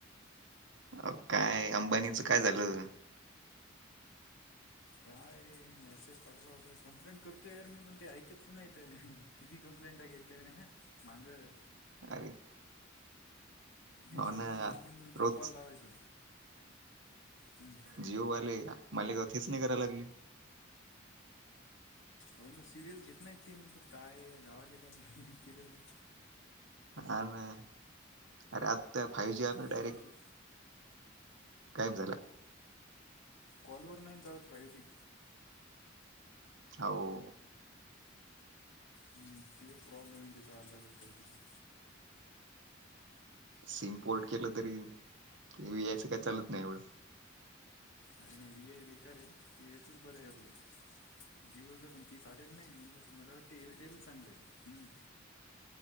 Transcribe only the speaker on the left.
काय मेसेज टाकला होत,. कंप्लेंट करतोय यार मी पण ते ऐकतच नाहीतये. कीती कंप्लेंटा केलत्या ह मागं.
दीवसातून
दोन तीन दोन तीन
कॉल लावायचा, हम्म
होना ना सिरियस घेत नाहीत ते, म्हणतात काय गावाले काय केलेलं
आहे
पैसे
कॉल वर नाहीं चालत फाय जी.
हम्म ते एक प्रॉब्लेम आहे त्याचा अलगच काहीतरी.
काय नाय वी आय बेकारे ये, येच बरं हाय आपल. जिओच पण ती चालत नाही, म्हणल मला वाटते एअरटेलच चांगलंय आहे. हम